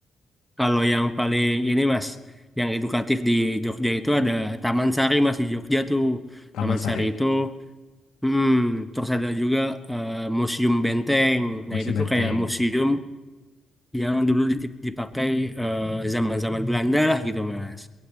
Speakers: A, in the centre; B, on the left (about 75°).
A: Kalau yang paling ini Mas, yang edukatif di Jogja itu ada Taman Sari Mas di Jogja tuh.
B: Taman
A: Taman
B: Sari,
A: Sari itu, hmm, terus ada juga eh, Museum Benteng. Nah
B: Museum
A: itu
B: Menteng.
A: tuh kayak museum yang dulu dip- dipakai eh, zaman-zaman Belanda lah gitu Mas.